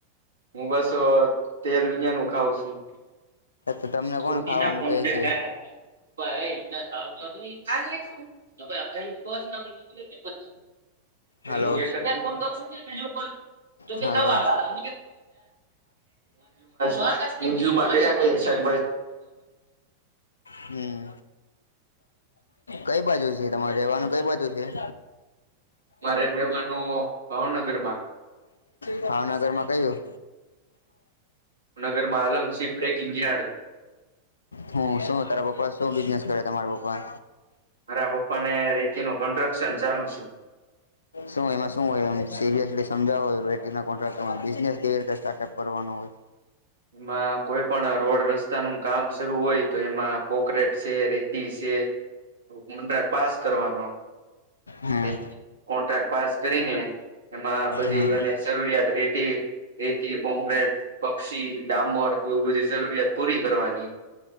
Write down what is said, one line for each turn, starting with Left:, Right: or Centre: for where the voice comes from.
Right: હું બસ તેલ વિજનું ખઉં છું
Left: તો તમને
Right: સુર્કીના
Left: કોણ ખાવાનું
Right: કો <inaudible> <unintelligible>
Left: કહે છે
Right: ખજલ
Left: હલો
Right: <inaudible> તો કે
Left: હલો
Right: ખવા આવેમાં <inaudible>
Left: હમ કઈ બાજુ છે તમારે રહેવાનું કઈ બાજુ છે <inaudible>
Right: રહેવાનું ભાવનગરમાં
Left: ભાવનગરમાં કયું
Right: ભાવનગરમાં ગિયાડ
Left: હું શું તારા પપાસ શું બિઝનેસ કરે તમારા પપ્પા
Right: મારા પપ્પાને રેતી ચાલુ છે
Left: શું એમાં શું હોય એનું સિરિયસલી સમજાવ હોય કોન્ટ્રાક્ટમાં બિજનેસ કેવી રીતે સ્ટાર્ટઅપ કરવાનું હોય
Right: એમાં કોઈ પણ રોડ રસ્તાનું કામ શરૂુ હોય તો એમાં કોકરેટ શેર રેતીજ છે કોન્ટ્રાક્ટ પાસ કરવાનો
Left: હમ
Right: ન કોન્ટ્રાક્ટ પાસ કરીને- એમાં બધી
Left: હમ
Right: એને જરૂરિયાત રેતી રેતી કોંક્રેટ પક્ષી ડામોર એવું બધી જરૂરિયાત પૂરી કરવાની